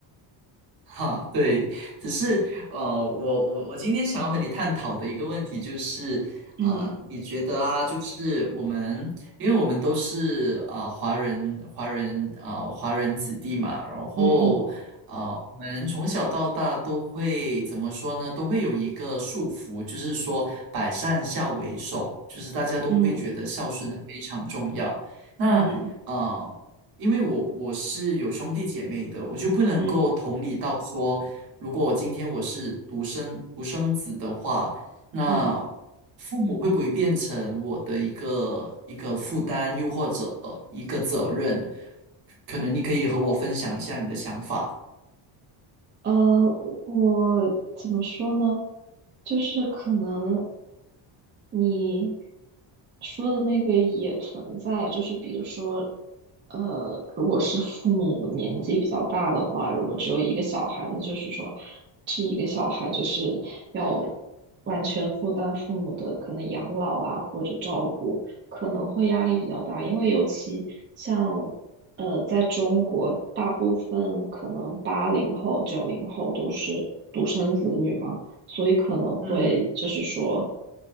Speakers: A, on the right; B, on the right.
A: 哈，对，只是呃，我我我今天想要和你探讨的一个问题就是，
B: 嗯
A: 啊、你觉得啊，就是我们，因为我们都是啊、呃华人，华人啊、呃华人子弟嘛，然后啊、
B: 嗯嗯
A: 呃我们从小到大都会怎么说呢？都会有一个束缚，就是说百善孝为首，就是大家都会觉得孝顺非常重要。
B: 嗯
A: 那啊、
B: 嗯
A: 呃因为我我是有兄弟姐妹的，我就不能够同理到说，
B: 嗯嗯。
A: 如果今天我是独生独生子的话，那
B: 嗯
A: 父母会不会变成我的一个一个负担，又或者一个责任？可能你可以和我分享一下你的想法，
B: 呃，我怎么说呢？就是可能你说的那个也存在，就是比如说，呃，如果是父母年纪比较大的话，如果只有一个小孩，那就是说，这一个小孩就是要完全负担父母的可能养老啊，或者照顾。可能会压力比较大，因为尤其像呃，在中国，大部分可能八零后、九零后都是独生子女嘛，所以可能会就是说，
A: 嗯